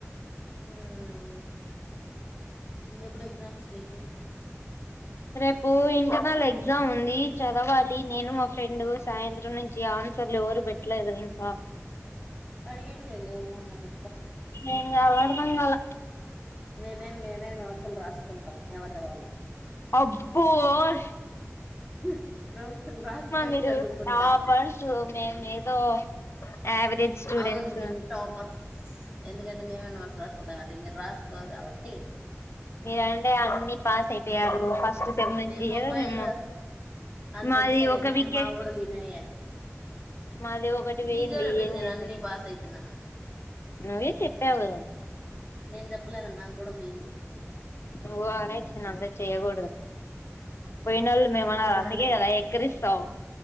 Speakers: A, on the right (about 15°); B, on the left (about 55°).
A: ఉమ్ ఇంకెప్పుడు ఎగ్జామ్స్ మీకి
B: రేపు ఇంతక్ మాళ్ళ ఎగ్జామ్ ఉంది. చదవాలి నేను మా ఫ్రెండ్ సాయంత్రం నుంచి ఆన్సర్లు ఎవరు పెట్టలేదు ఇంకా
A: అడిగండడి అదే ఒరణన్న పె
B: నేన్ గ బంగాల
A: నేనేను నేనేను డ్సలు రాసుకుంటాం ఎవరిది వాళ్ళు
B: అబ్బోస్
A: బ నోట్స్లు రాసుకొని
B: మీరు
A: చదువుకుంటాం
B: టాపర్స్ మేమేదో యావరేజ్ స్టూడెంట్స్
A: అవును మే టాపర్స్ ఎందుకంటే మేమే నోట్స్ రాసుకుంటాంంటే మీరు రాసు ఫర్ కాబట్టి
B: మీరంటే అన్ని పాస్ అయిపోయారు ఫస్ట్ సెమ్ నుంచి
A: మీరు మొబైల్
B: ఏదో మేము
A: అంత
B: మాది
A: వద్లే కాని
B: ఒక వికే
A: మా కూడా వినయ
B: మాది ఒకటి పోయింది
A: నకవరు ఎ పెంది
B: ఏం చేసేది
A: అన్నీ పాస్ అయిపోయిన
B: నువ్వే చెప్పావు
A: నేను చెప్పలేద నాకు కూడా పోయింది
B: నువ్ అర ఇక్ష నంతా చేయ్యకూడదు పోయినోళ్ళు మేమ
A: నిజంగానే
B: అందుకే కదా ఎక్కరిస్తావు